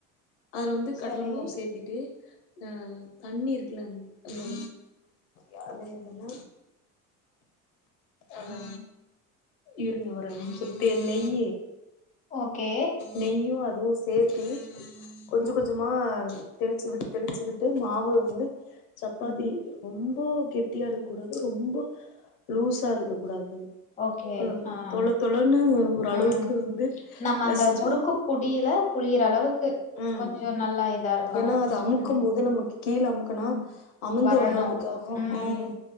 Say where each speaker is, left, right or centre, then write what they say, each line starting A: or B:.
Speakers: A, on the left (about 85°); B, on the left (about 20°).
A: அதுல வந்து கடல
B: சரி.
A: மாவு சேத்தீட்டு ஆஹ் தண்ணி இருக் இருங்க யாரு இதுல ஆஹா இருங்க ஒரு நிமிஷம் சுத்தி நெய்
B: ஓகே.
A: நெய்யும் அதுவும் சேத்தி கொஞ்சம்
B: ம்,
A: கொஞ்சமா தெளிச்சி விட்டு, தெளிச்சி விட்டு மாவு வந்து சப்பாத்தி
B: ம்.
A: ரொம்போப் கெட்டியா இருக்க கூடாது, ரொம்ப லூஸா இருக்க கூடாது.
B: ஓகே
A: அ
B: ஆஹ்
A: தொள தொளன்னு ஒரு அளவுக்கு
B: உம்
A: வந்து
B: நம்ம
A: பெசஞ்சு
B: அந்த முறுக்கு புடியில புழியிற அளவுக்கு
A: உஹ்ம்
B: கொஞ்சம் நல்லா இதா இருக்கணும்.
A: ஏன்னா அது அமுக்கும்
B: ம்,
A: போது நமக்கு கீழ அமுக்கனா
B: ம்.
A: அமுந்து
B: வரணும்.
A: வர்றதுக்காக,
B: ம்.
A: உஹ்ம்